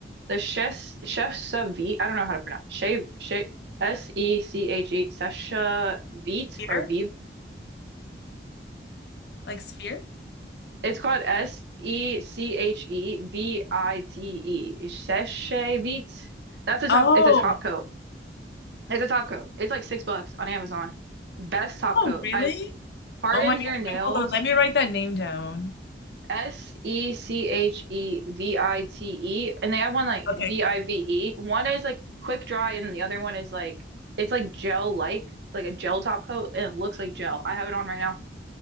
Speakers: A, on the right (about 70°); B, on the left (about 65°).
A: The chef chef Savit, I don't know how to pronounce shave shave S E C H E Sesha Vite
B: Here?
A: or Vive
B: Like Sphere?
A: It's called S E C H E V I T E. Seshevit. That's a top.
B: Oh,
A: It's a top coat. It's a top coat. It's like six bucks on Amazon. Best top
B: oh,
A: coat.
B: really?
A: I hardens
B: Oh my God.
A: your nails.
B: Wait, hold on. Let me write that name down.
A: S E C H E V I T E. And they have one like
B: Okay.
A: V I V E. One is like quick dry, and then the other one is like it's like gel like like a gel top coat, and it looks like gel. I have it on right now.